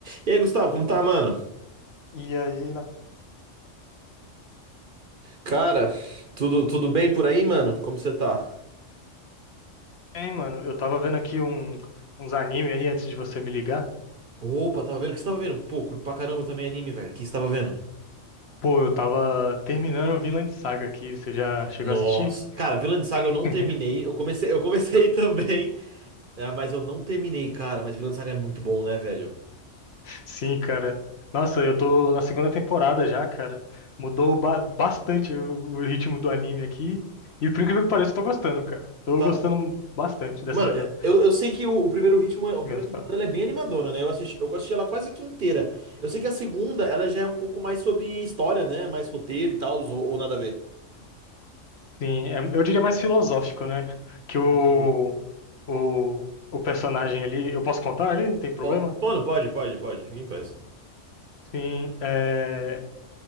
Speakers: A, on the right (about 50°); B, on the left (about 60°).
A: E aí, Gustavo, como tá, mano?
B: E aí, na-
A: Cara, tudo tudo bem por aí, mano? Como você tá?
B: hein, mano, eu tava vendo aqui um, uns anime aí antes de você me ligar.
A: Opa, tava vendo? O que você tava vendo? Pô, curto pra caramba também anime, velho. O que você tava vendo?
B: Pô, eu tava terminando o Vinland Saga aqui. Você já chegou
A: Nossa.
B: a assistir?
A: Cara, Vinland Saga eu não
B: <laughs>
A: terminei. Eu comecei, eu comecei <laughs> também, é, mas eu não terminei, cara. Mas Vinland Saga é muito bom, né, velho?
B: Sim, cara. Nossa, eu tô na segunda temporada já, cara. Mudou ba- bastante o, o ritmo do anime aqui. E por incrível que pareça, eu tô gostando, cara. Tô
A: Tá.
B: gostando bastante dessa
A: Mano, eu, eu sei que o, o primeiro ritmo, é- o
B: segunda
A: primeiro
B: temporada.
A: temporada ela é bem animadona, né? Eu assisti, eu assisti ela quase que inteira. Eu sei que a segunda, ela já é um pouco mais sobre história, né? Mais roteiro e tal, ou, ou nada a ver.
B: Sim, é- eu diria mais filosófico, né? Que o,
A: Entendi.
B: o, o personagem ali. Eu posso contar ali? Tem problema?
A: Po- Mano, pode, pode, pode. Fica em paz.
B: Sim, é.